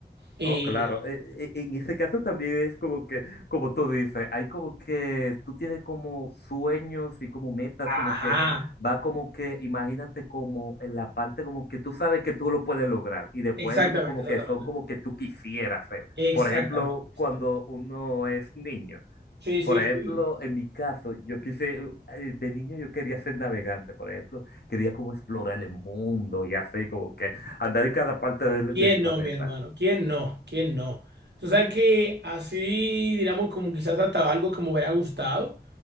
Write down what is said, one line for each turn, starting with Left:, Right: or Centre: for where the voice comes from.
Right: Y,
Left: Oh, claro. E- e- e, En ese caso también es como que, como tú dices, hay como que tú tienes como sueños y como metas,
Right: ajá,
Left: como que va como que, imagínate como en la parte como que tú sabes que tú lo puedes lograr y después
Right: exactamente,
Left: hay uno como
Right: exactamente,
Left: que son como que tú quisieras ser.
Right: exactamente,
Left: Por ejemplo,
Right: exactamente.
Left: cuando uno es niño.
Right: Sí, sí,
Left: Por ejemplo,
Right: sí.
Left: en mi caso, yo quise, eh, de niño yo quería ser navegante, por ejemplo, quería como explorar el mundo y así como que andar en cada parte del,
Right: ¿Quién
Left: del planeta.
Right: no, mi hermano? ¿Quién no? ¿Quién no? Tú sabes que así, digamos, como quizás hasta algo que me hubiera gustado,